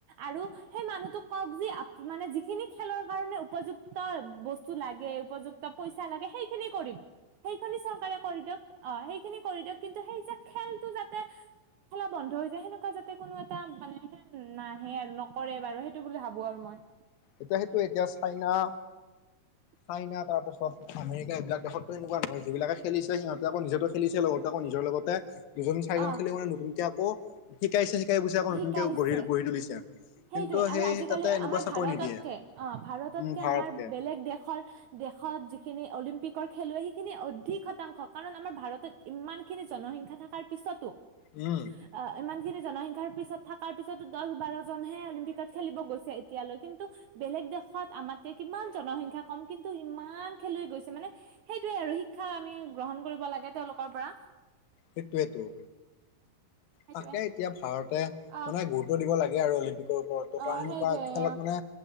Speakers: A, on the right; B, on the left.
A: আৰু সেই মানুহটোক কওক যি মানে যিখিনি খেলৰ কাৰণে উপযুক্ত বস্তু লাগে উপযুক্ত পইচা লাগে, সেইখিনি কৰিম, সেইখিনি চৰকাৰে কৰি দিয়ক। অ, সেইখিনি কৰি দিয়ক কিন্তু সেই যে খেলতটো যাতে খেলা বন্ধ হৈ যায় সেনেকুৱা যাতে কোনো এটা মানে সে নাহে আৰু নকৰে বাৰু সেইটো বুলি ভাবো আৰু মই।
B: এতিয়া সেইটো এতিয়া চাইনা
A: হয়।
B: চাইনা তাৰ পাছত আমেৰিকা এইবিলাক দেশতো এনেুৱাহয় যিবিলাক খেলিছে সিহঁতে আকৌ নিজেতো খেলিছে লগতে আকৌ নিজৰ লগতে দুজন, চাৰিজন
A: অ
B: খেলি মানে নতুনকে আকৌ শিকাইছে শিকাই বুজি আকৌ
A: শিকাইছে
B: নতুনকৈ গঢ়ি, গঢ়ি তুলিছে কিন্তু
A: সেইটোৱে আৰু
B: সেই
A: আজিকালি
B: তাতে এনেকুৱা
A: আমাৰ
B: চাকৰি
A: ভাৰততকে
B: নিদিয়ে
A: অ, ভাৰততকে
B: উম ভাৰতকে
A: আমাৰ বেলেগ দেশৰ দেশত যিখিনি অলিম্পিকৰ খেলুৱৈ সেইখিনি অধিক শতাংশ কাৰণ আমাৰ ভাৰতত। ইমান খিনি জনসংখ্যা থকাৰ পিছতো।
B: উম।
A: অ, ইমান খিনি জনসংখ্যাৰ পিছত থকাৰ পিছতো দহ বাৰজনহে অলিম্পিকত খেলিব গৈছে এতিয়ালৈ কিন্তু বেলেগ দেশত আমাত কিমান জনসংখ্যা কম কিন্তু ইমান খেলুৱৈ গৈছে মানে। সেইটোয়ে আৰু শিক্ষা আমি গ্ৰহণ কৰিব লাগে তেওঁলোকৰ পৰা।
B: সেইটোৱেতো।
A: সেইটোয়ে
B: তাকে এতিয়া ভাৰতে
A: আহ
B: মানে গুৰুত্ব দিব লাগে আৰু অলিম্পিকৰ। ত,
A: অ
B: কাৰণে এনেকুৱা
A: সেইটোয়ে
B: খেলত
A: অ
B: মানে